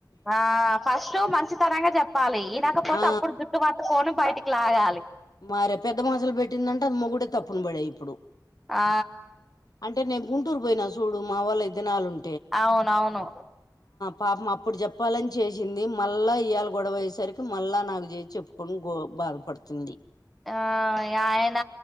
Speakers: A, in the centre; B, on the left.
A: ఆ ఫస్ట్ మంచి తనంగా చెప్పాలి ఈనకపోతే
B: ఆ
A: అప్పుడు జుట్టు పట్టుకోని బయటికి లాగాలి
B: మారే పెద్ద మంసలు పెట్టిందంట అది మొగుడే తప్పున పడయి ఇప్పుడు
A: ఆ
B: అంటే నేను గుంటూరు పోయినా చూడు మా వాల్లు ఐదు దినాలు ఉం
A: అవునవును
B: పాపం అప్పుడు చెప్పాలని చేసింది. మళ్ళా ఇయ్యాల గొడవ అయ్యేసరికి మళ్ళా నాకు చేసి చెప్పుకుని గో బాధపడుతుంది
A: ఆ ఆయన